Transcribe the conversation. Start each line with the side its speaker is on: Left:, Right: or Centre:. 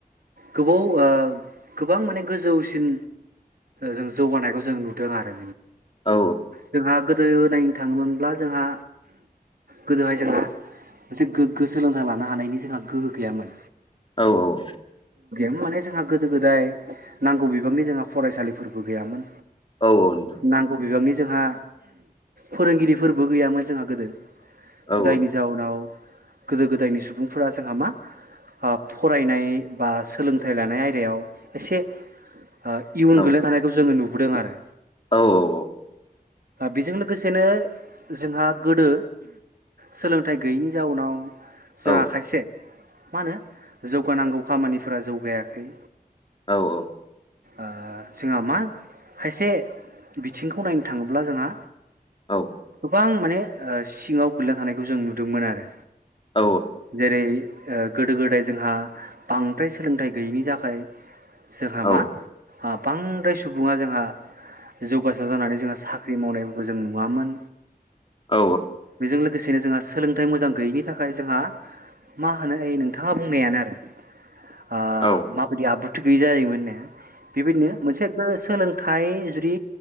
Right: गोबाव ओ गोबां माने गोजौसिन जों जौगानायखौ जों नुदों आरो
Left: औ
Right: जोंहा गो गोदो नायनो थाङोमोनब्ला जोंहा गोदोहाय जोंहा मोनसे गो गोगो सोलोंथाइ लानो हानायनि जोंहा गोहो गैयामोन।
Left: औ औ औ
Right: माने जोंहा गोदो गोदाय नांगौ बिबांनि जोंहा फरायसालिफोरबो गैयामोन।
Left: औ औ नोंथां
Right: नांग बिबांनि जोंहा फोरोंगिरिफोरबो गैयामोन जोंहा। गोदो
Left: औ
Right: जायनि जाउनाव। गोदो गोदायनि सुबुंफोरा जोंहा मा ओ फरायनाय बा सोलोंथाइ लानाय आयदायाव एसे। ओ इयुन
Left: औ
Right: गोलै थानायखौ जोङो नु नुबुदों आरो।
Left: औ औ
Right: बेजों लोगोसेनो जोंहा गोदो सोलोंथाइ गैयैनि जाउनाव। जा
Left: औ
Right: खायसे मा होनो जौगानांगौ खामानिफोरा जौगायाखै।
Left: औ औ
Right: ओ जोंहा मा खायसे बिथिंखौ नायनो थाङोब्ला जोंहा।
Left: औ
Right: गोबां माने ओ सिङाव गोगलैना थानायखौ जों नुदोंमोन आरो।
Left: औ
Right: जेरै ओ गोदो गोदाय जोंहा बांद्राय सोलोंथाइ गैयैनि थाखाय। जोहामा
Left: औ
Right: आब बांद्राय सुबुङा जोंहा जौगासार जानानै जोंहा साख्रि मावनायफोरखौ जों नुवामोन।
Left: औ
Right: बेजों लोग बेसेनो जोंहा सोलोंथाइ मोजां गैयैनि थाखाय जोंहा मा होनो नोंथाङा बुंनायानो आरो। ओ
Left: औ औ नोंथां औ नोंथां औ नोंथां
Right: माबायदि आबुथि गैजायमोन नो बेबायदिनो मोनसे सोलों थाय जुदि